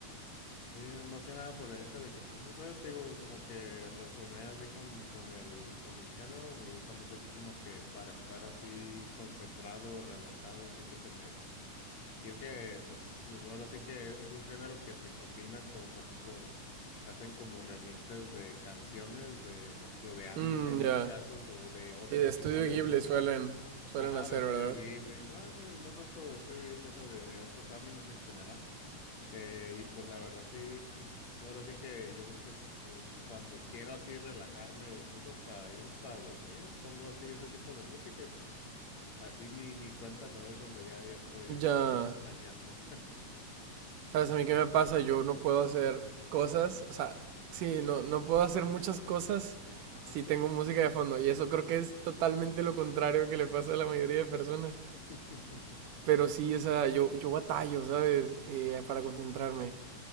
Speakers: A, on the left; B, on the right.
A: Sí, más que nada por el hecho de que, pues, no sé, te digo, como que resoné así con, con el, con el género. Me gusta mucho así como que para estar así concentrado, relajado, siento que me... Y es que, pues, ahora sí que es un género que se combina con, por ejemplo, hacen como remixes de canciones de, por ejemplo, de anime
B: Mm,
A: en
B: ya.
A: este caso, o de otro
B: Y de estudio
A: tipo
B: Ghibli
A: de música.
B: suelen, suelen
A: Ajá,
B: hacer,
A: de Ujú. estudio
B: ¿verdad?
A: Ghibli. No, no, y no tanto de estudio Ghibli, o sea, de, de otros animes en general. Eh, y pues la verdad sí, pues ahora sí que yo creo que es mm, cuando quiero así relajarme o incluso hasta hay veces para dormir, pongo así ese tipo de música y pues así ni, ni cuenta me doy cuando ya, ya estoy este,
B: Ya.
A: pestañeando.
B: ¿Sabes a mí qué me pasa? Yo no puedo hacer cosas, o sea, sí, no,
A: <laughs>
B: no puedo hacer muchas cosas
A: Ajá.
B: si tengo música de fondo. Y eso creo que es totalmente lo contrario que le pasa a la mayoría de personas.
A: <laughs>
B: Pero sí, o sea, yo, yo batallo, ¿sabes? Eh, para concentrarme.